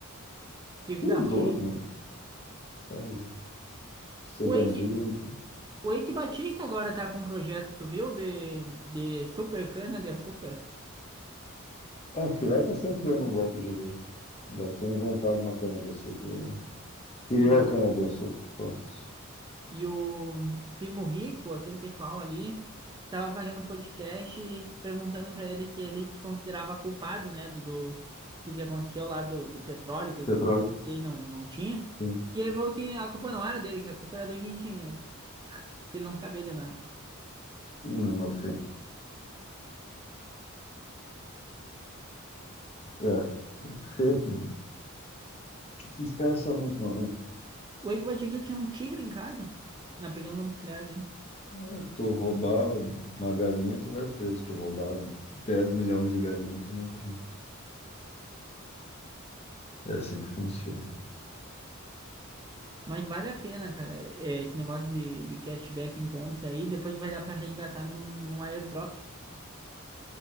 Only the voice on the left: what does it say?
idoso,
né? Tá louco. Ser
bandido.
Ah, aquilo lá tá sempre dando um golpe gigante. Deve ter inventado uma cana-de-açúcar. Né? Criou
a cana-de-açúcar. Pronto.
Petróleo?
Sim.
Hum, Inocente. É, seco. Esses caras são muito malandros.
É, tu roubar uma galinha, tu vai preso. Tu roubar Dez milhões de galinhas, tu não é preso. É assim que funciona.